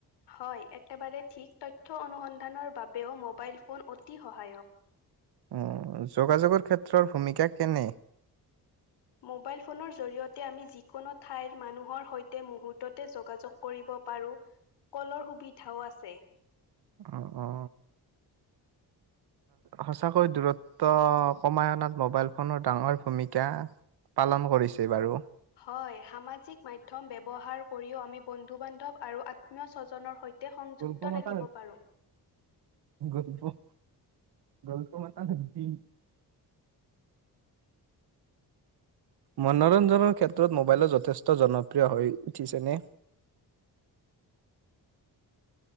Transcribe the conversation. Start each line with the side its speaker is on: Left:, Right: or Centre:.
Left: হয়, একেবাৰে ঠিক তথ্য অনুসন্ধানৰ বাব বেও মোবাইল ফোন অতি সহায়ক।
Right: উম। যোগাযোগৰ ক্ষেত্ - ত্ৰৰ ভূমিকা কেনে?
Left: মোবাইল ফোনৰ জৰি়য়তে আমি যিকোনো ঠাইৰ মানুহৰ সৈতে মুহূৰ্ততে যোগাযোগ কৰিব পাৰো। কলৰ সুবিধাও আছ ছে।
Right: অ' অ'। সঁচাকৈ দূৰত্ব কমাই অনাত মোবাইল ফোনৰ ডাঙৰ ভূমিকা পালন কৰিছে বাৰু!
Left: হয় সামাজিক মাধ্যম ব্যৱহাৰ উপৰিও আমি বন্ধু বান্ধৱ আৰু আত্মীয় স্বজনৰ সৈতে সংযুক্ত
Right: গল্প মাত
Left: থাকিব পাৰোঁ।
Right: গল গল্প ম ধমছি <unintelligible> মনোৰঞ্জনৰ ক্ষেত্ৰত? মোবাইলো যথেষ্ট জনপ্ৰিয় হৈ উঠিছেনে